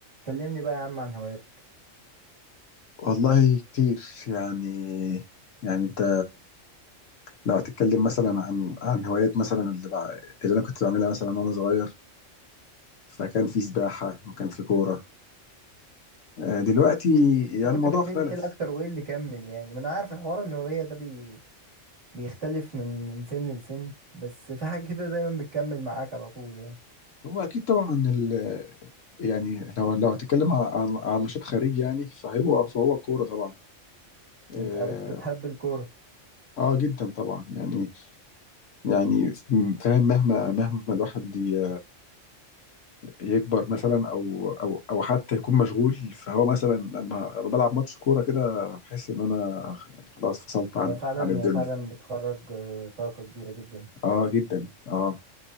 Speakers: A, on the right; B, on the left.
A: كلمني بقى يا عم عن هواياتك
B: والله كتير يعني يعني انت لو هتتكلم مثلا عن عن هوايات مثلا اللي بع... اللي انا كنت بعملها مثلا وانا صغير فكان في سباحة وكان في كورة آه، دلوقتي يعني
A: كنت
B: الموضوع
A: بتميل
B: اختلف
A: ايه الاكتر وايه اللي كمل يعني ما انا عارف الحوار الهوية ده بي... بيختلف من من سن لسن بس في حاجة كده دايما بتكمل معاك على طول يعني
B: هو اكيد طبعا ال... يعني لو لو هتتكلم عن عن عن نشاط خارجي يعني فهو فهو كورة طبعا اه
A: انت بت... بتحب الكورة
B: آه، جدا طبعا يعني يعني فاهم مهما مهما الواحد ي... يكبر مثلا او او او حتى يكون مشغول فهو مثلا لما لما بلعب ماتش كوره كده بحس ان انا يعني خلاص فصلت عن
A: هي فعلا
B: عن الدنيا
A: هي فعلا بتخرج آه، طاقة كبيرة جدا
B: اه جدا اه